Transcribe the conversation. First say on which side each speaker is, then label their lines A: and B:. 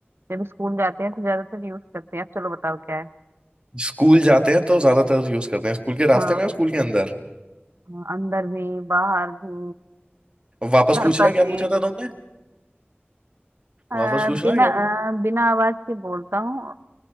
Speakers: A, on the right; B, on the right.
A: जब स्कूल जाते हैं तो ज्यादातर यूज करते हैं अब चलो बताओ क्या है
B: स्कूल जाते हैं तो ज्यादातर यूज करते हैं स्कूल के
A: हाँ
B: रास्ते में और स्कूल के अंदर
A: हाँ, अंदर भी बाहर भी
B: वापस
A: घर
B: पूछना
A: पर
B: क्या
A: भी
B: पूछा था तुमने?
A: अ,
B: वापस पूछना
A: बिना
B: है क्या
A: अ, बिना आवाज के बोलता हूँ